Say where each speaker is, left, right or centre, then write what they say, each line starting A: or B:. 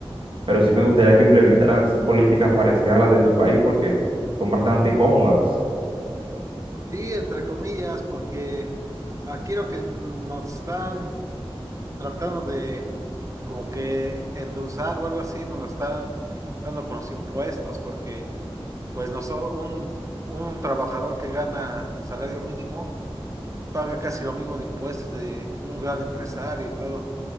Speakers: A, on the right; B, on the right.
A: pero sí me gustaría que implementaran así políticas parecidas a las de tu país porque son bastante cómodas.
B: Sí, entre comillas, porque aquí lo que nos están tratando de como que endulzar o algo así, nos lo están dando con los impuestos, porque pues no so- un, un trabajador que gana salario mínimo paga casi lo mismo de impuestos de un gran empresario y todo.